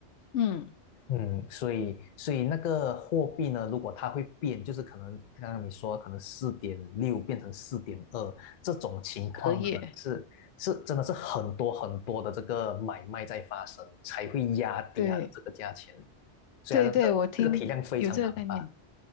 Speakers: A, on the left; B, on the left.
A: 嗯，
B: 嗯，所以所以那个货币呢，如果它会变，就是可能刚刚你说可能四点六变成四点二这种情况呢，
A: 隔夜，
B: 是是真的是很多很多的这个买卖在发生，才会压低它的这个价钱，
A: 对
B: 所以它的这个这个体量非常庞大。
A: 对对，我听有这个概念。